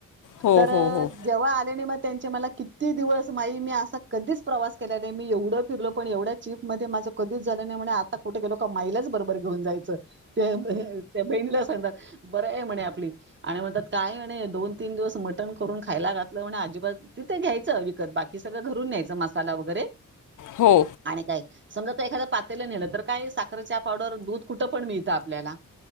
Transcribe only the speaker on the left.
हो
हो हो
हो.